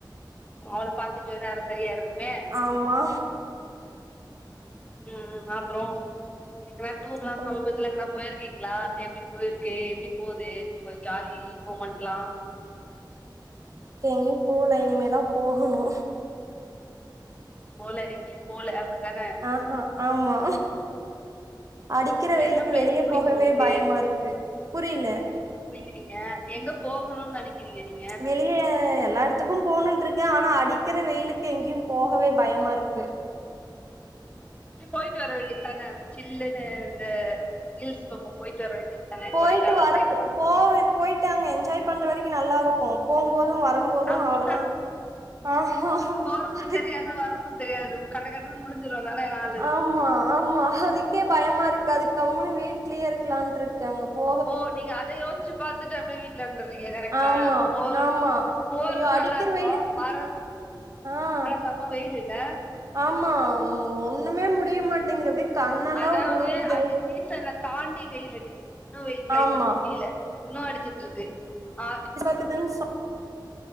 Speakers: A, on the left; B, on the right.
A: அவள பாத்துக்குவே நேரோ சரியாருக்குமே
B: ஆமா
A: ம் அப்றோ எங்கனா டூர்லா
B: அப்றம்
A: சமீபத்துல எங்னா போயிருக்கீங்களா எப்டி போயிருக்கு எப்டி போகுது உங்க ஜாலி மூமெண்ட்லா
B: எங்கயு போல இனிமேதா போகணு
A: போல எங்கேயு போல அப்டித்தான
B: ஆஹா ஆமா அடிக்கிற வெயிலுக்கு
A: என்ன பிளேஸ்
B: வெளிய
A: பிடிக்கும்
B: போகவே
A: உங்களுக்கு
B: பயமாருக்கு புரில
A: ங்க போகணுனு நினைக்கிறீங்க நீங்
B: வெள் எல்லா இடத்துக்கு போகணும்னு இருக்கு ஆனா அடிக்கிற வெயிலுக்கு எங்கேயு போவே பயமாருக்கு
A: யக்ஷ போயிட்டு வர வேண்டியது தானே அந்த சில்லுன்னு இந்த ஹில்ஸ் பக்கம் போயிட்டு வர வேண்டியது தானே
B: போய்ட்டு
A: கொடைக்கானல்
B: வர்ரது
A: சைட்லா
B: போய் போய்ட்டு அங்க என்ஜாய் பண்ற வரைக்கு நல்லாருக்கு போம்போது வரும்போது
A: அப்ப
B: அவ்ளோதா ஆ ஹாஹா
A: போறதும்
B: அதுக்கு
A: தெரியாது தெரியாது கட கடனு முடிஞ்சுடு நானே <inaudible>
B: ஆமா ஆமா அதுக்கே பயமாருக்கு அதுக் கம்முனு வீட்லே இருக்கலான்ட்ருக்கேன் அங்க போ
A: ஓ நீங்க அத யோசிச்சு பாத்துட்டு அப்டி வீட்ல இருந்துறீங்க கரெக்டா
B: ஆமா
A: போறு
B: ஆமா
A: போறது
B: ஐயோ அடிக்கிற
A: நல்லாருக்கு
B: வெயிலுக்கு
A: வர
B: ஆ
A: ஆனா செம்ம வெயிலுல
B: ஆமா ஒண்ணுமே முடிய மாட்டேங்குது அப்டியே கண்ணெல்லா
A: அதாவது
B: ஒரு மாரி இதாயி
A: அந்த சீசன தாண்டி வெயில் அடிக்குது இன்னு வெயில் கிளைமேட்
B: ஆமா
A: முடியல இன்னு அடிச்சிட்டுருக்கு ஆ
B: <unintelligible>